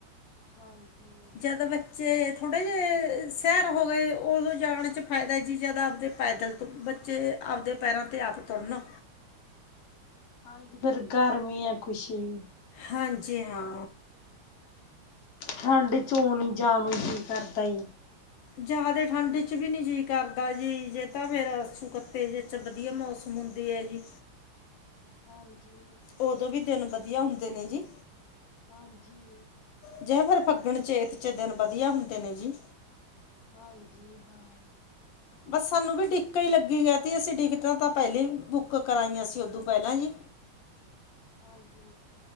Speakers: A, on the left; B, on the left.
A: ਹਾਂਜੀ
B: ਜਦ ਬੱਚੇ ਥੋੜੇ ਜੇ ਸਿਆਰ ਹੋ ਗਏ ਓਦੋਂ ਜਾਣ ਚ ਫਾਇਦਾ ਜੀ ਜਦ ਆਪਦੇ ਪੈਦਲ ਤੋਂ ਬੱਚੇ ਆਪਦੇ ਪੈਰਾਂ ਤੇ ਆਪ ਤੁਰਨਾ
A: ਹਾਂਜੀ ਫੇਰ ਗਰਮੀ ਆ ਕੁਛ ਵੀ
B: ਹਾਂਜੀ ਹਾਂ
A: ਠੰਡ ਚ ਓ ਨੀ ਜਾਣ ਨੂੰ ਕਰਦਾ ਜ਼ੀ
B: ਜ਼ਿਆਦੇ ਠੰਡ ਚ ਵੀ ਨੀ ਜੀਅ ਕਰਦਾ ਜੀ ਜੇ ਤਾਂ ਫੇਰ ਅੱਸੂ ਕੱਤੇ ਜੇ ਚ ਵਧੀਆ ਮੌਸਮ ਹੁੰਦੀ ਏ ਜੀ
A: ਹਾਂਜੀ
B: ਓਦੋਂ ਵੀ ਦਿਨ ਵਧੀਆ ਹੁੰਦੇ ਨੇ ਜੀ।
A: ਹਾਂਜੀ
B: ਜਾਂ ਫੇਰ, ਫੱਗਣ ਚੇਤ ਚ ਦਿਨ ਵਧੀਆ ਹੁੰਦੇ ਨੇ ਜੀ
A: ਹਾਂਜੀ ਹਾਂ
B: ਬਸ ਸਾਨੂੰ ਵੀ ਡਿੱਕਾ ਈ ਲੱਗੀ ਗਿਆ ਤੀ ਅਸੀਂ ਡਿਕਟਾਂ ਤਾਂ ਪਹਿਲੇ ਈ ਬੁੱਕ ਕਰਾਈਆਂ ਸੀ ਓਦੂ ਪਹਿਲਾਂ ਜੀ
A: ਹਾਂਜੀ